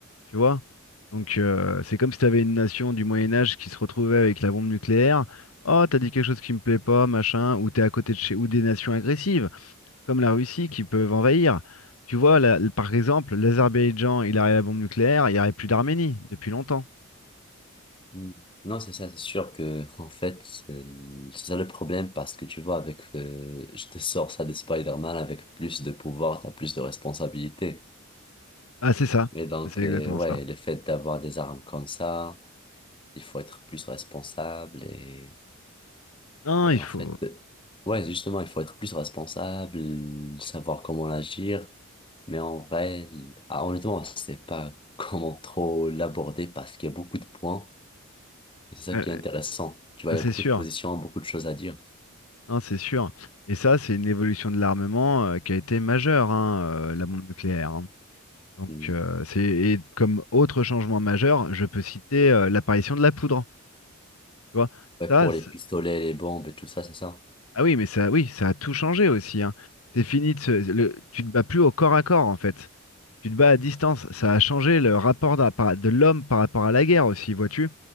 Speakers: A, on the left (about 85°); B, on the left (about 25°).
A: tu vois. Donc, euh, c'est comme si tu avais une nation du Moyen Âge qui se retrouvait avec la bombe nucléaire. Oh, t'as dit quelque chose qui me plaît pas, machin, ou t'es à côté de chez, ou des nations agressives, comme la Russie, qui peuvent envahir. Tu vois, là, par exemple, l'Azerbaïdjan, il aurait la bombe nucléaire, il n'y aurait plus d'Arménie depuis longtemps.
B: Mm. Non, c'est ça, c'est sûr que, en fait, euh, c'est ça le problème parce que tu vois, avec, euh, je te sors ça de Spider-Man avec plus de pouvoir, t'as plus de responsabilités.
A: Ah, c'est ça,
B: Et donc,
A: c'est
B: euh,
A: exactement
B: ouais,
A: ça.
B: le fait d'avoir des armes comme ça, il faut être plus responsable et,
A: Non,
B: et
A: il
B: en
A: faut.
B: fait, ouais, justement, il faut être plus responsable, savoir comment agir, mais en vrai, ah, honnêtement, je sais pas <laughs> comment trop l'aborder parce qu'il y a beaucoup de points et c'est ça
A: Ouais,
B: qui
A: ouais.
B: est intéressant. Tu vois,
A: Bah,
B: il y
A: c'est
B: a beaucoup
A: sûr,
B: de positions, beaucoup de choses à dire.
A: hein, c'est sûr. Et ça, c'est une évolution de l'armement euh, qui a été majeure, hein, euh, la bombe nucléaire. hein. Donc,
B: Hmm.
A: euh, c'est et comme autre changement majeur, je peux citer euh, l'apparition de la poudre. Tu vois,
B: Ouais,
A: ça,
B: pour
A: c'est-
B: les pistolets, les bombes et tout ça, c'est ça.
A: ah oui, mais ça, oui, ça a tout changé aussi. hein. C'est fini de se- le- tu te bats plus au corps à corps en fait. Tu te bats à distance. Ça a changé le rapport d'a- par- de l'homme par rapport à la guerre aussi, vois-tu?